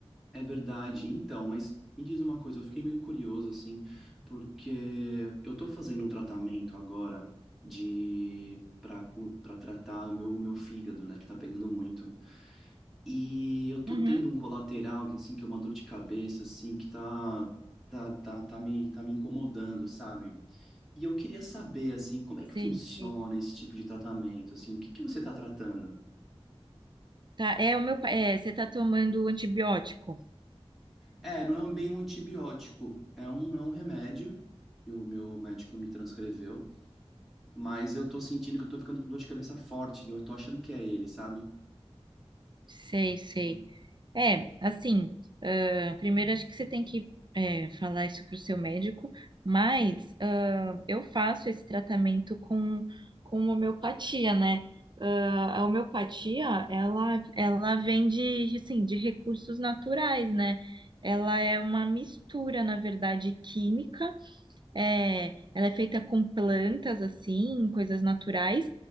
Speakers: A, in the centre; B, on the right.
A: É verdade, então, mas me diz uma coisa, eu fiquei meio curioso assim, porque eu tô fazendo um tratamento agora de para para tratar o meu, o meu fígado, né, que tá pegando muito. E eu tô
B: Uhum,
A: tendo um colateral que assim que é uma dor de cabeça assim que tá tá, tá, tá me tá me incomodando, sabe? E eu queria saber assim, como é que
B: sei,
A: funciona
B: sei.
A: esse tipo de tratamento assim? O que que você tá tratando?
B: Tá, é o meu, pa- é, você tá tomando antibiótico?
A: É, não é bem um antibiótico, é um é um remédio que o meu médico me transcreveu, mas eu tô sentindo que eu tô ficando com dor de cabeça forte, e eu tô achando que é ele, sabe?
B: Sei, sei. É, assim, ah, primeiro acho que você tem que é, falar isso para o seu médico, mas ah, eu faço esse tratamento com, com homeopatia, né? A homeopatia, ela, ela vem de, assim, de recursos naturais, né? Ela é uma mistura, na verdade, química. É, ela é feita com plantas, assim, coisas naturais